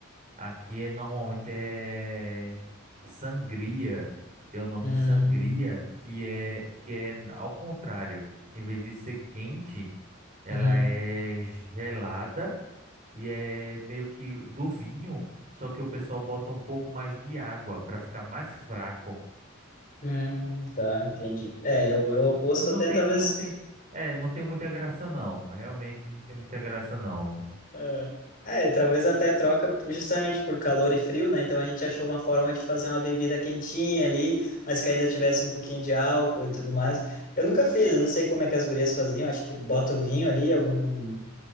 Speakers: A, on the right; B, on the left.
A: aqui é normalmente é sangria. Tem o nome
B: Hum,
A: de sangria que é que é ao contrário. Em vez de ser quente, ela
B: uhum,
A: é gelada e é meio que do vinho, só que o pessoal bota um pouco mais de água para ficar mais fraco.
B: hum, tá, entendi. É, é o é o oposto
A: Não
B: até
A: tem,
B: talvez
A: não tem, é, não tem muita graça não. Realmente não tem muita graça não.
B: É, É, talvez até troca justamente por calor e frio, né? Então a gente achou uma forma de fazer uma bebida quentinha ali, mas que ainda tivesse um pouquinho de álcool e tudo mais. Eu nunca fiz, eu não sei como é que as gurias faziam, acho que bota o vinho ali, algum